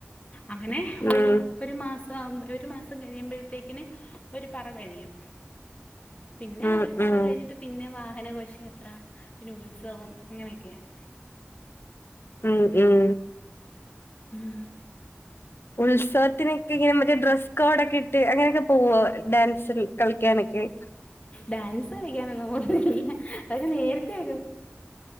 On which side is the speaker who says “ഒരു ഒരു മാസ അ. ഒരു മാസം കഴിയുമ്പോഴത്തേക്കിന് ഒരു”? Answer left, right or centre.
Left